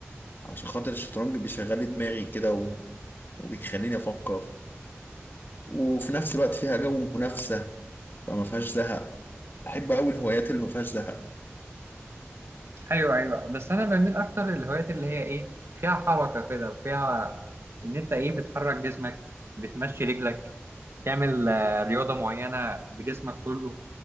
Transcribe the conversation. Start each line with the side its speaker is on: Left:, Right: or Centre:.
Left: عشان خاطر الشطرنج بيشغل لي دماغي كده و- وبيخليني افكر وفي نفس الوقت فيها جو منافسة فما فيهاش زهق بحب أوي الهوايات اللي ما فيهاش زهق
Right: ايوه ايوه بس انا بميل اكتر للهوايات اللي هي ايه فيها حركه كده وفيها ان انت ايه بتحرك جسمك بتمشي رجلك تعمل آه، رياضه معينه بجسمك كله